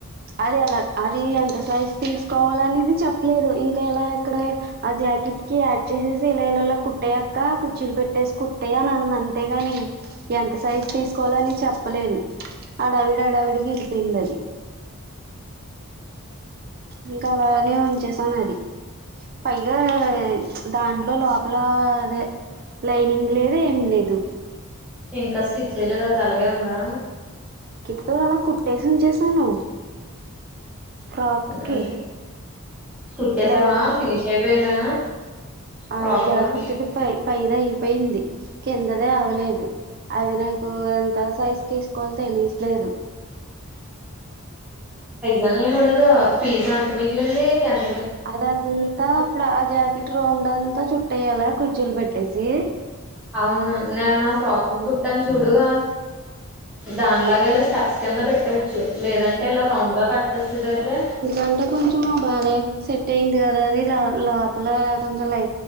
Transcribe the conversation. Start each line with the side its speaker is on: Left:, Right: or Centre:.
Right: అదే అలా అది ఎంత సైజ్ తీసుకోవాల అనేది చెప్పలేదు ఇంకా ఇలా ఇక్కడే ఆ జాకెట్ కి యాడ్ చేసేసి ఇలా ఇలా ల కుట్టే అక్క కు కుచ్చిలు పెట్టేసి కుట్టేయనన్న అంతేగని, ఎంత సైజు తీసుకోవాల అని చెప్పలేదు. అడావిడి అడావిడి ఎళ్ళిపోయిందది. ఇంకా అలానే ఉంచేసాను అది. పైగా దాంట్లో ప్చ్ లోపల అదే లైనింగ్ లేదు ఏం లేదు
Centre: ఇంకా స్టిచ్ ఎయ్యలేదు అది అలాగే ఉందా?
Right: మొత్తం అలా కుట్టేసి ఉంచేసాను. ఫ్రాక్
Centre: ఉమ్
Right: కి
Centre: కుట్టసావా
Right: లైన్
Centre: ఫినిష్ అయిపోయిందా? ఫ్రాక్
Right: అది జాకెట్ది పై పైదయిపోయింది కిందదే అవ్వలేదు, అది నాకు ఎంత సైజ్ తీస్ కోల తెలియట్లేదు
Centre: నని ఉండగ పిజ్ ఎంత మిగిలింది? ఎం
Right: అదంతా ఇప్పుడు ఆ జాకెట్ రౌండ్ అంతా చుట్టయ్యాల కుచ్చిలు పెట్టేసి
Centre: అవును నేను ఆ ఫ్రాక్
Right: ఉమ్
Centre: కుట్టాను చూడు ఆ దానిలాగా ఇలా స్టెప్స్ కింద పెట్టేవచ్చు, లేదంటే ఇలా రౌండ్ గా కట్ చేసేదయితే
Right: అంటే కొంచెం బానే సెట్ అయింది. కదా అది లో లోపల కొంచెం లై